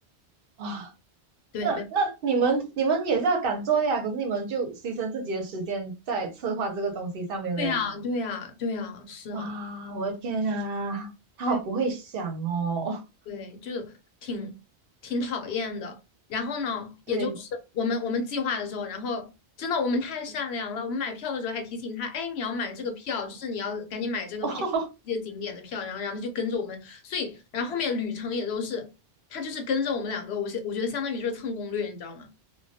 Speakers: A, on the right; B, on the left.
A: 哇，
B: 对，
A: 那那你们你们也是要赶作业啊，
B: 没。
A: 可是你们就牺牲自己的时间在策划这个东西上面嘞，
B: 对呀，对呀，对呀，是啊，
A: 哇，我的天啊，他好不会想哦，
B: 对对，就是挺挺讨厌的。然后呢，
A: 对，
B: 也就是我们我们计划的时候，然后真的我们太善良了，我们买票的时候还提醒他，哎，你要买这个票，就是你要赶紧买这个票，
A: 哦，
B: 这些景点的票。然后，然后他就跟着我们，所以然后后面旅程也都是他就是跟着我们两个，我是我觉得相当于就是蹭攻略，你知道吗？